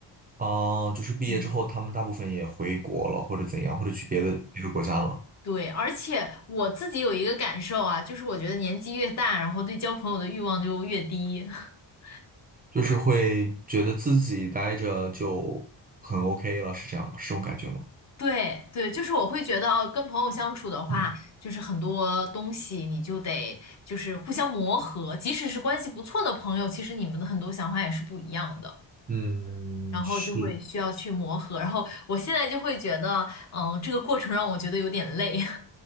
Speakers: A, on the right (about 20°); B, on the left (about 40°).
A: 哦，就是毕业之后，
B: 嗯，
A: 他们大部分也回国了，或者怎样，或者去别的别的国家了，
B: 对。对，而且我自己有一个感受啊，就是我觉得年纪越大，然后对交朋友的欲望就越低。<laughs>
A: 就是会觉得自己待着就很 OK 了，是这样吗？是这种感觉吗？
B: 对对，就是我会觉得哦跟朋友相处的话，
A: 嗯，
B: 就是很多东西你就得就是互相磨合，即使是关系不错的朋友，其实你们的很多想法也是不一样的，
A: 嗯是，
B: 然后就会需要去磨合。然后我现在就会觉得，嗯，这个过程让我觉得有点累。